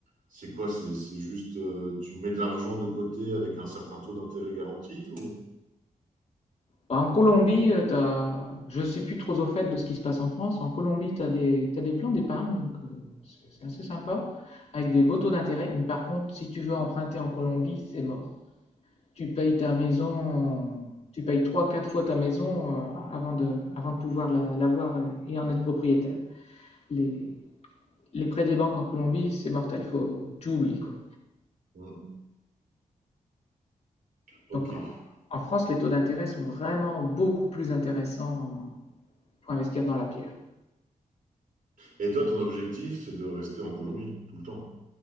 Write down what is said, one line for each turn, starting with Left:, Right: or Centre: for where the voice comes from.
Right: c'est quoi? C'est c'est juste euh, tu mets de l'argent de côté avec un certain taux d'intérêt garanti ou...
Left: Bah, En Colombie, euh, t'as... je ne suis plus trop au fait de ce qui se passe en France. En Colombie, tu as des... t'as des plans d'épargne, donc euh, c'est c'est assez sympa, avec des beaux taux d'intérêt. Mais par contre, si tu veux emprunter en Colombie, c'est mort. Tu payes ta maison, tu payes trois, quatre fois ta maison euh, avant de, avant de pouvoir la- l'avoir et et en être propriétaire. Les... les prêts des banques en Colombie, c'est mortel, faut... tu oublies quoi.
Right: Hmm, Ok.
Left: Donc, en en France, les taux d'intérêt sont vraiment beaucoup plus intéressants pour investir dans la pierre.
Right: Et toi, ton objectif, c'est de rester en Colombie tout le temps.